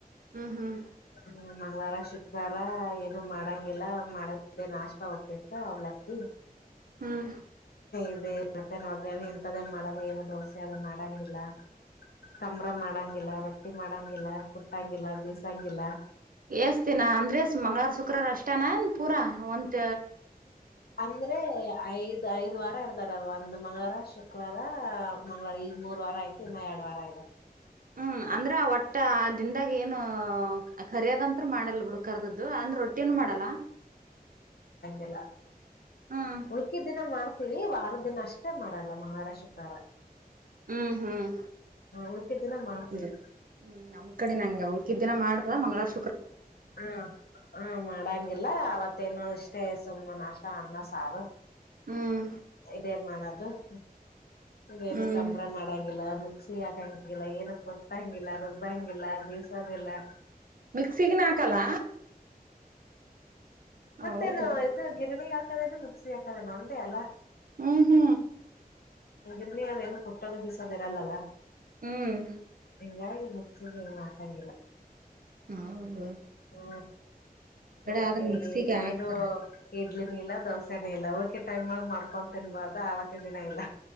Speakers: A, on the right (about 60°); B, on the left (about 80°).
A: ಹ್ಮ ಹ್ಮ್
B: ಹ್ಮ ಮಂಗ್ಗಳವಾರ ಶುಕ್ರವಾರ ಏನು ಮಾಡಂಗಿಲ್ಲ ಮಾಡಾದೆ ನಾಷ್ಟಾ ಉಪಿಟ್ ಅವ್ಲಕ್ಕಿ
A: ಹ್ಮ್
B: ಇದೆ ಮತ್ತ ಒಗ್ಗ ಇಂತದೇ ಮಾಡದ ಏನ ದೋಸೆ ಅದು ಮಾಡಂಗಿಲ್ಲ ಕಂಬ್ರ ಮಾಡಂಗಿಲ್ಲ ರೊಟ್ಟಿ ಮಾಡಂಗಿಲ್ಲ ಕುಟ್ಟಂಗಿಲ್ಲ ಬೀಸಂಗ ಇಲ್ಲಾ
A: ಏಸ್ದಿನ ಅಂದ್ರೆ ಮಂಗಳವ ಶುಕ್ರಾರ ಅಷ್ಟೇನಾನ್ ಪೂರಾ ಒಂತ
B: ಅಂದ್ರೆ ಐದು ಐದ ವಾರ ಇರ್ತದ ಒಂದ್ ಮಂಗಳರ ಶುಕ್ರವಾರ ಮಂಗ್ಗಳವ ಈಗ ಮೂರ್ ವಾರ ಆಯ್ತು ಇನ್ನ ಎರಡ್ ವಾರ ಆಇದವ್
A: ಹ್ಮ್ ಅಂದ್ರೆ ಒಟ್ ಅದಿಂದಾಗ ಏನು ಕರಿಯದಂತ ಮಾಡಲ್ ಬಿುಡ ಕರ್ದದ್ದು ಅಂದ್ರೆ ರೊಟ್ಟಿನು ಮಾಡಲ್ಲ
B: ಇಲ್ಲ
A: ಹ್ಮ್
B: ಉಳ್ಕಿದಿನ ಮಾಡ್ ವಾರದ ದಿನ ಅಷ್ಟೇ ಮಾಡಲ್ಲ ಮಂಗವಾರ ಶುಕ್ರಾರ
A: ಹ್ಮ್ ಹ್ಮ್
B: ಉಳ್ಕಿದ್ ದಿನ ಮಾಡ್ತೀವಿ
A: ಇ ಹ್ಮ್ ನಮ್ ಕಡೆ ನಂಗೆ ಊಳ್ಕಿದ ದಿನ ಮಾಡ್ತದ ಮಂಗ್ಗಳವಾರ
B: ಹಾ ಹಾ ಮಾಡಾಂಗಿಲ್ಲ ಅವತ್ ತ್ತೇನು ಅಷ್ಟೇ ಸುಮ್ಮ ನಾಷ್ಟ ಅನ್ನ ಸಾರು
A: ಹ್ಮ್
B: ಇದೇ ಮಾಡದ್ <inaudible> ಮ್ಮ್ ಏನ
A: ಹ್ಮ್
B: ಕಂಬ್ರ ಮಾಡಂಗಿಲ್ಲ ಮಿಕ್ಸಿ ಹಾಕ್ <unintelligible> ಏನು ಕೊಟ್ಟಂಗಿಲ್ಲ ರುಬ್ಬಂಗಿಲ್ಲ ಬೇಸೋಂಗಿಲ್ಲ
A: ಮಿಕ್ಸ್ ಸಿಗಣ ಹಾಕಲ್ಲ.
B: ಮತ್ತೆ
A: ಹೌದು
B: ನಾ ಇದು ಗಿರಣಿಗ್ ಆಗ್ <unintelligible> ಮಿಕ್ಸಿ ಹಾಕದೇನೋ ಅಂದೆ ಅಲ.
A: ಊ ಹ್ಮ್
B: ಪುಣ್ಯ ಅದೆನು ಕುಟ್ಟೋದು ಬಿಸೋದು ಇರಲ್ಲ ಅಲ.
A: ಹ್ಮ್
B: ಹಿಂಗಾಗ್ ಮೀಕ್ಸಿಗ್ ಏನು ಹಾಕಂಗಿಲ್ಲ.
A: ಹ್ಮ್ ಮ್
B: ಹೂ ಮತ್ತೆ
A: ಆದ್ರ ಮಿಕ್ಸಿಗೆ ಹಾಕ್ತಾರ
B: ಏನು ಇ ಇಡ್ಲಿನು ಇಲ್ಲ ದೋಸೆನು ಇಲ್ಲ ಉಳ್ದಿದ್ ಟೈಮ್ ಅಲ್ ಮಾಡ್ಕೊಂಡ್ ತಿನ್ಬೋದಾ ಅವತ್ತಿನ್ ದಿನ ಇಲ್ಲ.